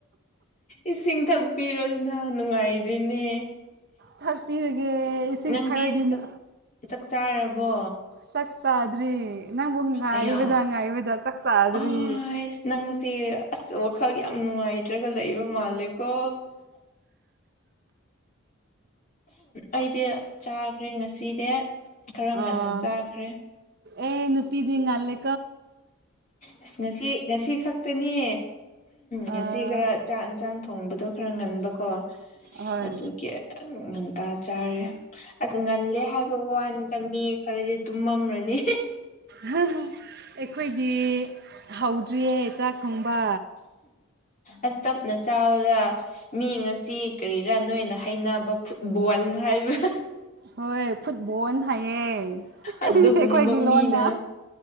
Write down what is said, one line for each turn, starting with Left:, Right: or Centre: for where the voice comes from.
Left: ꯏꯁꯤꯡ ꯊꯛꯄꯤꯔꯣꯗꯅ ꯅꯨꯡꯉꯥꯏꯗ꯭ꯔꯤꯅꯦ
Right: ꯊꯛꯄꯤꯔꯒꯦ ꯏꯁꯤꯡ
Left: ꯅꯪꯗꯤ
Right: ꯊꯛꯔꯗꯤ
Left: ꯆꯥꯛ
Right: ꯅꯨ
Left: ꯆꯥꯛ ꯆꯥꯔꯕꯣ
Right: ꯆꯥꯛ ꯆꯥꯗ꯭ꯔꯤ ꯅꯪꯕꯨ ꯉꯥꯏꯕꯗ
Left: ꯑꯌꯥ
Right: ꯉꯥꯏꯕꯗ ꯆꯥꯛ ꯆꯥꯗ꯭ꯔꯤ
Left: ꯑꯁ ꯅꯪꯁꯦ ꯑꯁ ꯋꯥꯈꯜ ꯌꯥꯝ ꯅꯨꯡꯉꯥꯏꯇ꯭ꯔꯒ ꯂꯩꯕ ꯃꯥꯜꯂꯦꯀꯣ ꯑꯩꯗꯤ ꯆꯥꯈ꯭ꯔꯦ ꯉꯁꯤꯗꯤ ꯈꯔ ꯉꯟꯅ
Right: ꯑꯥ
Left: ꯆꯥꯈ꯭ꯔꯦ
Right: ꯑꯦ ꯅꯨꯄꯤꯗꯤ ꯉꯜꯂꯦ
Left: ꯑꯁ ꯉꯁꯤ ꯉꯁꯤ ꯈꯛꯇꯅꯦ ꯉꯁꯤ
Right: ꯑꯥ
Left: ꯈꯔ ꯆꯥꯛ ꯏꯟꯁꯥꯡ ꯊꯣꯡꯕꯗꯣ ꯈꯔ ꯉꯟꯕꯀꯣ
Right: ꯍꯣꯏ
Left: ꯑꯗꯨꯒꯤ ꯉꯟꯇꯥ ꯆꯥꯔꯦ ꯑꯁ ꯉꯜꯂꯦ ꯍꯥꯏꯕ ꯋꯥꯅꯤꯗ ꯃꯤ ꯈꯔꯗꯤ ꯇꯨꯝꯔꯝꯅꯤ
Right: ꯍꯥ ꯍꯥ ꯑꯩꯈꯣꯏꯗꯤ ꯍꯧꯗ꯭ꯔꯤꯌꯦ ꯆꯥꯛ ꯊꯣꯡꯕ
Left: ꯑꯁ ꯇꯞꯅ ꯆꯥꯎꯗ ꯃꯤ ꯉꯁꯤ ꯀꯔꯤꯔꯥ ꯅꯣꯏꯅ ꯍꯥꯏꯅꯕ ꯐꯨꯠꯕꯣꯟ ꯍꯥꯏꯕ꯭ꯔ
Right: ꯍꯣꯏ ꯐꯨꯠꯕꯣꯟ ꯍꯥꯏꯌꯦ <unintelligible>
Left: ꯑꯗꯨꯒꯨꯝꯕ
Right: ꯑꯩꯈꯣꯏꯒꯤ ꯂꯣꯟꯅ
Left: ꯃꯤꯅ